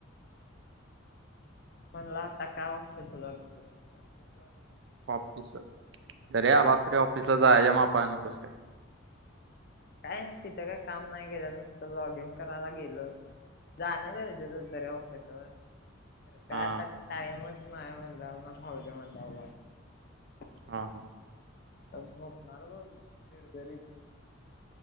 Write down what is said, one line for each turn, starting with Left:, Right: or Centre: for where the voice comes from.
Left: म्हणला आता का ऑफिसला जाते ऑफिस
Right: ऑफिस घरी आलास तरी ऑफिसला जायला मापा नकोस येऊस काय?
Left: काय नाय तिथं काही काम नाही केेलं नुसतं लॉग इन करायला गेलं. जाण गरजेचं होत रे ऑफिसवर. खर काय
Right: हा
Left: आता टाइमच नाही म्हटल्यावर राहूदे म्हणला <unintelligible>
Right: हा.
Left: आता झोपणार बघ गरगरीत.